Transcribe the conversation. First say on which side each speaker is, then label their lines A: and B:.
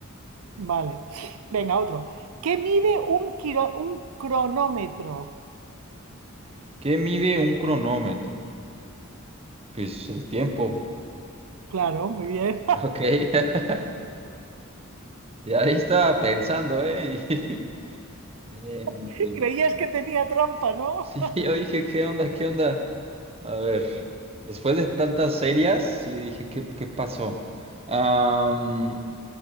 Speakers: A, on the right; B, on the right.
A: Vale. Venga, otro. ¿Qué mide un, quiro- un cronómetro?
B: ¿Qué mide un cronómetro? Pues el tiempo.
A: Claro, muy bien.
B: Ok. <laughs> Y ahí estaba pensando, ¿eh? <laughs> Bien, bien,
A: <laughs>
B: bien,
A: Creías
B: bien, bien.
A: que tenía trampa, ¿no?
B: Sí, <laughs> yo dije, ¿qué onda? ¿Qué onda? A ver, después de tantas series, sí dije, ¿qué, qué pasó? Am,